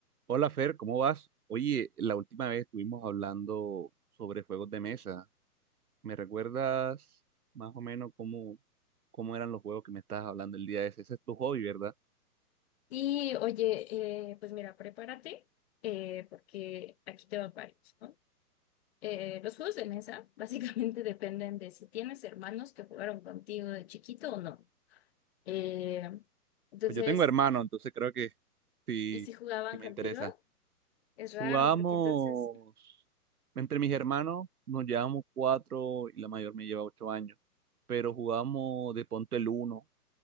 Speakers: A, on the right; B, on the left.
A: Hola Fer, ¿cómo vas? Oye, la última vez estuvimos hablando sobre juegos de mesa. ¿Me recuerdas más o menos cómo, cómo eran los juegos que me estabas hablando el día de ese? Ese es tu hobby, ¿verdad?
B: Y oye, eh, pues mira, prepárate eh, porque aquí te van varios, ¿no? Eh, los juegos de mesa <laughs> básicamente dependen de si tienes hermanos que jugaron contigo de chiquito o no. Eh, entonces,
A: Pues yo tengo hermano, entonces creo que sí,
B: y si jugaban
A: sí me
B: contigo,
A: interesa.
B: es raro
A: Jugamos
B: porque entonces,
A: entre mis hermanos nos llevamos cuatro y la mayor me lleva ocho años, pero jugamos de ponte el uno,